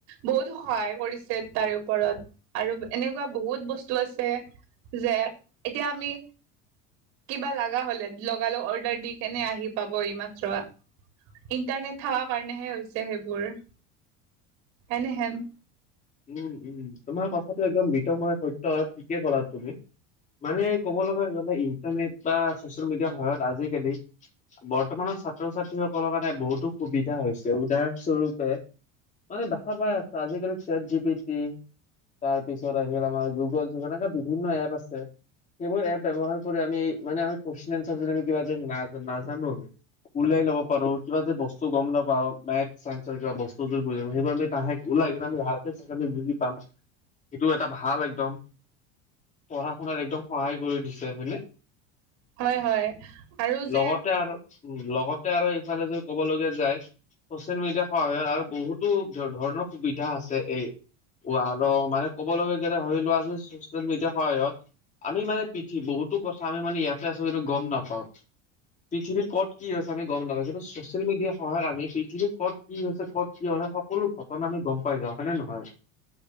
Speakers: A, on the right; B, on the left.
A: বহুত সহায় কৰিছে তাৰে ওপৰত আৰু এনেকুৱা বহুত বস্তু আছে যে এতিয়া আমি কিবা লগা হলে লগালগ অৰ্ডাৰ দি কেনে আহি পাব এই মাত্ৰ ইণ্টাৰনেট থকা কাৰণেহে হৈছে সেইবোৰ এনেহেন
B: উম উম তোমাৰ কথাটো একদম বিতময় সত্য আৰু ঠিকেই ক'লা তুমি মানে ক'ব লগা হ'লে ইণ্টাৰনেট বা ছচিয়েল মিডিয়াৰ সহায়ত আজিকালি বৰ্তমানৰ ছাত্ৰ ছাত্ৰী সকলৰ কাৰণে বহুতো সুবিধা হৈছে উদাহৰণ স্বৰূপে মানে দেখা পাই আছে আজিকালি চেট জি প টি তাৰপিছত আহিল আমাৰ গুগল যুগ এনেকা বিভিন্ন এপ আছে সেইবোৰ এপ ব্যৱহাৰ কৰি আমি মানে কোয়েচন কিবা নাজানো আমি ওলাই ল'ব পাৰো কিবা য বস্তূ গম না পাওঁ মেথ ছাইন্ঞ্চৰ কিবা বস্তু যোৰ বুৰ সেইবোৰ আমি তাহে ওলাই কি ভালকে চালে বুজি পাম সেইটো এটা ভাল একদম পঢ়া শুনাত একদম সহায় কৰি দিছে হয় নে
A: হয় হয় আৰু যে
B: লগতে আৰু লগতে আৰু ইফালে যদি ক'ব লগীয়া যায় চচিয়েল মিডিয়াৰ সহায়ত আৰু বহুতো ধৰণৰ সুবিধা আছে এই আৰু মানে কব লগ কে হৈ লোৱা চচিয়েল মিডিয়াৰ সহায়ত আমি মানে পিঠি বহুো কথা আমি মানে ইয়াতে আছো কিন্তু গম নাপাওঁ পৃথিৱী ক'ত কি হৈছে আমি গম নাপাও কিন্তু ছচিয়েল মিডিয়াৰ সহায় আমি পৃথিৱীত কত কি হৈছে ক'ত কি হয় সকলো ঘটনা আমি গম পাই যাওঁ হয়নে নহয়